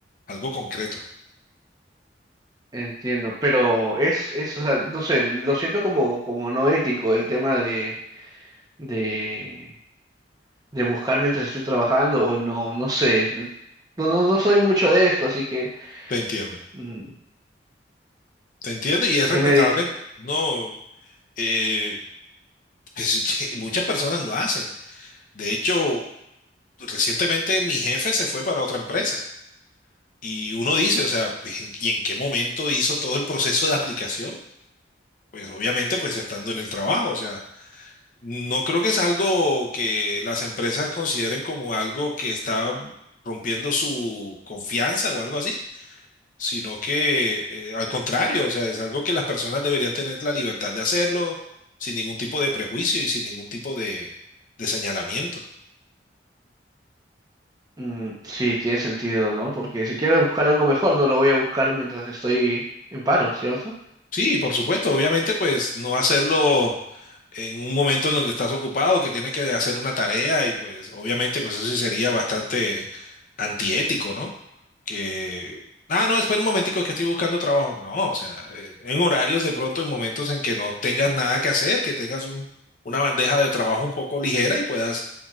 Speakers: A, on the left; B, on the right.
A: algo concreto.
B: Entiendo, pero es, es, o sea, no sé, lo siento como, como no ético el tema de, de, de buscar mientras estoy trabajando o no, no sé. No, no, no soy mucho de esto, así que,
A: Te entiendo,
B: mm,
A: te entiendo y es
B: ¿qué
A: respetable.
B: me dices?
A: No, eh, pues, <laughs> que muchas personas lo hacen. De hecho, recientemente mi jefe se fue para otra empresa y uno dice, o sea, <laughs> ¿y en qué momento hizo todo el proceso de aplicación? Pues obviamente, pues estando en el trabajo, o sea, no creo que es algo que las empresas consideren como algo que está rompiendo su confianza o algo así, sino que eh, al contrario, o sea, es algo que las personas deberían tener la libertad de hacerlo sin ningún tipo de prejuicio y sin ningún tipo de, de señalamiento.
B: Mm, sí, tiene sentido, ¿no? Porque si quiero buscar algo mejor, no lo voy a buscar mientras estoy en paro, ¿cierto?
A: Sí, por supuesto, obviamente, pues no hacerlo en un momento en donde estás ocupado, que tienes que hacer una tarea y pues obviamente pues eso sí sería bastante antiético, ¿no? Que, ah, no, espera un momentico, es que estoy buscando trabajo. No, o sea, eh, en horarios de pronto, en momentos en que no tengas nada que hacer, que tengas un- una bandeja de trabajo un poco ligera y puedas